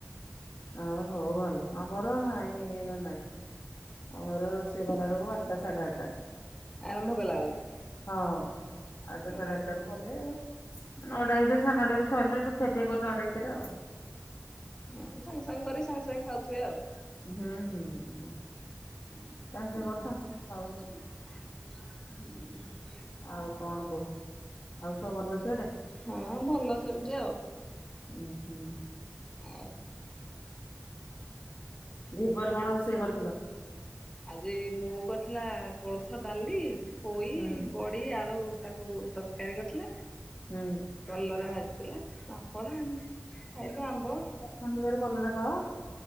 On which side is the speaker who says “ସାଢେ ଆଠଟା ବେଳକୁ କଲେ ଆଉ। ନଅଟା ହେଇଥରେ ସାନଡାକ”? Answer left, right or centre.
Left